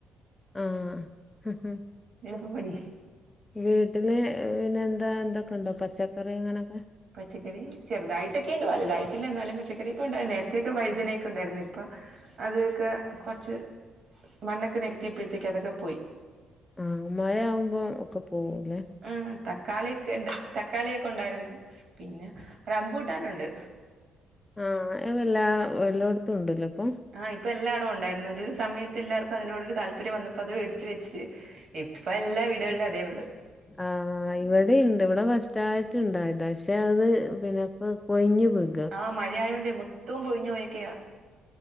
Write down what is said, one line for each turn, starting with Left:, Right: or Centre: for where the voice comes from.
Left: ആഹ്
Right: എളുപ്പപണി
Left: വീട്ടില് പിന്നെ എന്താ എന്തൊക്കുണ്ട് പച്ചക്കറി അങ്ങനെയൊക്കെ
Right: പച്ചക്കറി ചെറുതായിട്ടൊക്കെയുണ്ട് വലുതായിട്ട് എന്നാലും പച്ചക്കറൊക്കെ ഉണ്ടായിരുന്നു നേരത്തേക്കെ വഴുതനൊക്കെ ഉണ്ടായിരുന്നു ഇപ്പൊ അതൊക്കെ കുറച്ച് മണ്ണൊക്കെ നിരത്തിയപ്പോഴത്തേക്ക് അതൊക്കെ പോയി
Left: ആഹ് മഴ ആവുമ്പോ ഒക്കെ പോകല്ലേ
Right: ഉം തക്കാളിയോക്കെ ഉണ്ട് തക്കാളിയൊക്കെ ഉണ്ടായിരുന്നു പിന്നെ റംമ്പൂട്ടാനുണ്ട്
Left: ആഹ് വല്ലാ എല്ലായിടത്തും ഉണ്ടല്ലോ ഇപ്പൊ
Right: ആഹ് ഇപ്പോ എല്ലാട ഉണ്ടായിന്ന് ഒരു സമയത്ത് എല്ലർക്കും അതിനോട് താല്പര്യം വന്നപ്പോ അത് മേടി വെച്ച് ഇപ്പ എല്ലാ വീടുകളിലും അതേ ഉള്ളൂ
Left: ആഹ് ഇവിടെണ്ട് ഇവിടെ ഫസ്റ്റ്യിട്ടുണ്ടായത പക്ഷെ അത് പിന്നെ ഇപ്പോ കൊയിഞ്ഞ് പോയി
Right: ആഹ് മഴയായുണ്ടേ മൊത്തവും പൊയിഞ്ഞു പോയക്കെയാ